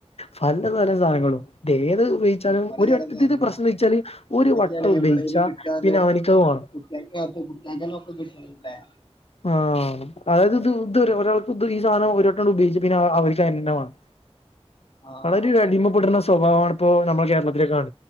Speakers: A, on the left; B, on the left.
A: പലതരം സാധനങ്ങളും ഇത് ഏത് ഉപയോഗിച്ചാലും
B: പലതരം
A: ഒരു <unintelligible>
B: സാധനങ്ങളുണ്ട്
A: പ്രശ്നം <unintelligible> ച്ചല് ഒരു
B: എന്തൊക്കെയാണ്
A: വട്ട
B: വിപണിയില്
A: ഉപയോഗിച്ചാ
B: കിട്ടാന്ന്
A: പിന്നെ അവനക്ക്ത് വേണം.
B: കുട്ടികൾക്ക് മാത്രം കുട്ടികൾക്കെല്ലാം ഒപ്പം കിട്ടണല്ലേ
A: ആ അതായത് ഇത് ഇത് ഒ ഒരാൾക്ക് ത് ഈ സാധനം ഒരുട്ട ഉപയോഗിച്ചാ പിന്നെ അ <unintelligible> തന്നെ വേണം.
B: ആഹ്
A: വളരെ അടിമപെടുണ സ് സ്വഭാവമാണ് ഇപ്പോ നമ്മളുടെ കേരളത്തിലേ കാണ